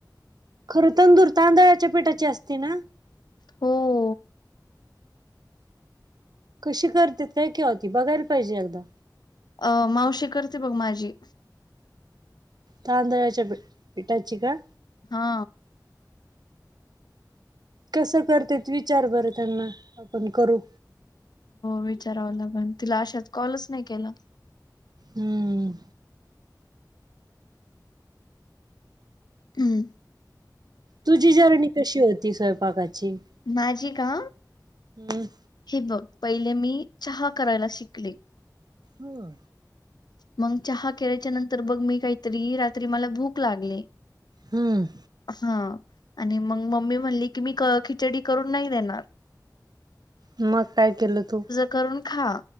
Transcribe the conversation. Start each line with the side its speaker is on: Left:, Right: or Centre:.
Right: खरं तंदूर तांदळाच्या पीठाची असते. ना
Left: हो
Right: कशी करते काय की होती बघायला पाहिजे. एकदा
Left: अ मावशी करते. बघ माझी
Right: तांदळाच्या पिठाची का?
Left: हा
Right: कसं करते, विचार बरं त्यांना आपण करू.
Left: विचाराव ला तिला अशात कॉलच नाही केला.
Right: हम्म..
Left: हम्म..
Right: तुझी जर्नी कशी होती स्वयंपाकाची
Left: माझी का?
Right: हम्म
Left: हे बघ पहिले मी चहा करायला शिकले.
Right: हो
Left: मग चहा करायच्या नंतर बघ मी काहीतरी रात्री मला भूक लागली
Right: हम्म
Left: हा आणि मग मम्मी म्हणली की मी क खिचडी करून नाही देणार <inaudible>
Right: मग काय केलं तू?
Left: करून खाव